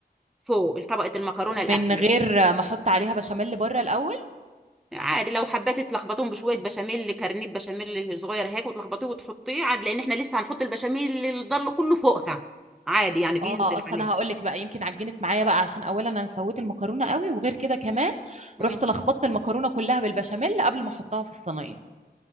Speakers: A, in the centre; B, on the right.
A: فوق طبقه المكرونه الاخيره
B: من غير ما احط عليها بشاميل بره الاول
A: عادي لو حبيت تلخبطهم بشويه بشاميل كرنيب بشاميل صغير هيك وتلخبطيه وتحطيه عادي لان احنا لسه هنحط البشاميل اللي ضل كله فوقها عادي يعني بينزل
B: اه اصل
A: عليه
B: انا هقول لك بقى يمكن عجنت معايا بقى عشان اولا انا سويت المكرونه قوي وغير كده كمان
A: امم
B: رحت لخبطت المكرونه كلها بالبشاميل قبل ما احطها في الصينيه